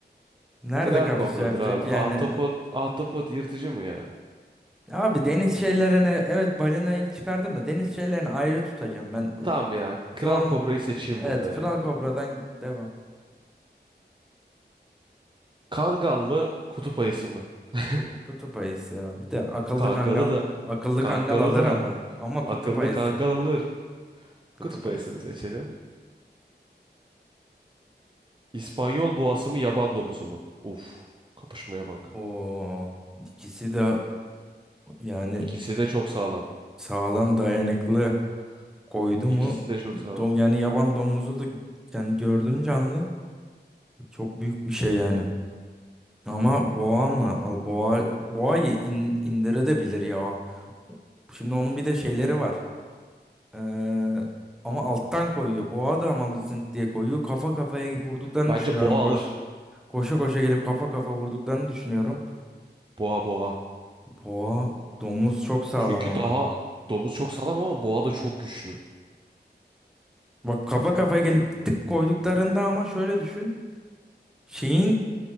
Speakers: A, in the centre; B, on the right.
A: Nerede
B: Kral
A: kapışa
B: kobradır
A: yapacak
B: abi.
A: yani?
B: Ahtapot, ahtapot yırtıcı mı ya?
A: Abi deniz şeylerini evet balinayı çıkardım mı? Deniz şeylerini ayrı tutacağım ben.
B: Tamam ya. Kral
A: Doğru
B: kobrayı
A: mu?
B: seçeyim
A: Evet
B: burada ya.
A: Kral Kobra'dan devam.
B: Kangal mı, kutup ayısı mı? <laughs>
A: Kutup, kutup ayısı ya. Bir de akıllı
B: Kangalı
A: kangal
B: da
A: akıllı
B: Kangalı
A: kangal alır
B: da
A: ama. Ama kutup
B: akıllı
A: ayısı.
B: kangal alır.
A: Kutup
B: Kutup
A: ayısı.
B: ayısını seçelim. İspanyol boğası mı yaban domuzu mu? Uf, kapışmaya bak.
A: Oo, ikisi de yani
B: İkisi de çok sağlam.
A: sağlam dayanıklı koydu
B: İkisi
A: mu
B: de çok sağlam.
A: do, yani yaban domuzu da yani gördüm canlı. Çok büyük bir şey yani. Ama boğa mı? Al boğa boğayı in, indirebilir ya. Şimdi onun bir de şeyleri var. Ee, ama alttan koyuyor. Boğa da ama zınt diye koyuyor. Kafa kafaya vurduklarını
B: Bence
A: düşünüyorum
B: boğa
A: koş.
B: alır.
A: Koşa koşa gelip kafa kafa vurduklarını düşünüyorum.
B: Boğa boğa.
A: Boğa domuz çok sağlam
B: Çünkü
A: ama.
B: daha domuz çok sağlam ama boğa da çok güçlü.
A: Bak kafa kafaya gelip tık koyduklarında ama şöyle düşün. Şeyin